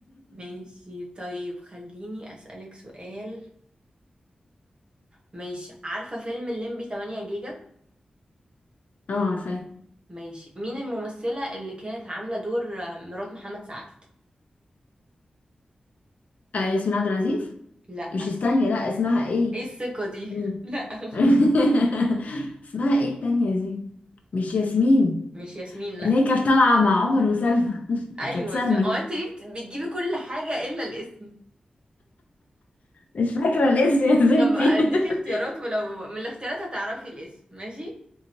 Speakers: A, on the right; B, on the left.
A: ماشي طيب خليني أسألك سؤال ماشي عارفة فيلم الليمبي 8 جيجا
B: اه عارفاه
A: ماشي مين الممثلة اللي كانت عاملة دور آه، مرات محمد سعد
B: آه ياسمين عبد العزيز
A: لأ
B: مش استني لا اسمها ايه
A: ايه الثقة دي
B: مين
A: <laughs> لأ غلط
B: <laughs> اسمها ايه التانية دي مش ياسمين
A: مش ياسمين لأ
B: اللي هي كانت طالعة مع عمر وسلمى <laughs>
A: أيوة
B: كانت سلمى
A: ياسمين هو
B: دي.
A: أنت ليه بت- بتجيبي كل حاجة إلا الاسم
B: مش فاكرة الاسم يا ستي
A: طب أديكي
B: <laughs>
A: اختيارات ولو من الاختيارات هتعرفي الاسم ماشي